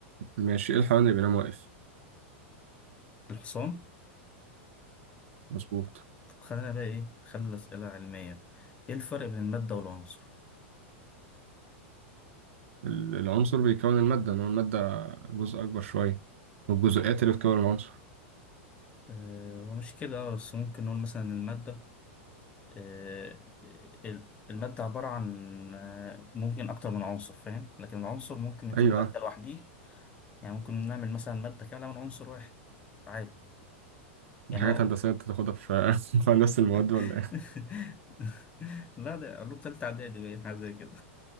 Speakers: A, on the right; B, on the left.
A: ماشي ايه الحيوان اللي بينام واقف
B: الحصان
A: مظبوط
B: طب خلينا بقى ايه خلي الأسئلة علمية ايه الفرق بين المادة والعنصر؟
A: ال- العنصر بيكون المادة انما المادة جزء اكبر شوية والجزيئات اللي بتكون العنصر
B: آه... ومش كده بس ممكن نقول مثلا المادة آه، المادة عبارة عن آه، ممكن أكتر من عنصر فاهم لكن العنصر ممكن يكون
A: ايوه
B: مادة لوحديه يعني ممكن نعمل مثلا مادة كاملة من عنصر واحد عادي
A: دي
B: يعني
A: حاجات
B: هو
A: هندسية انت تاخدها في <laughs> في هندسة المواد
B: <laughs>
A: ولا إيه؟
B: لا ده علوم تالتة إعدادي باين حاجة زي كده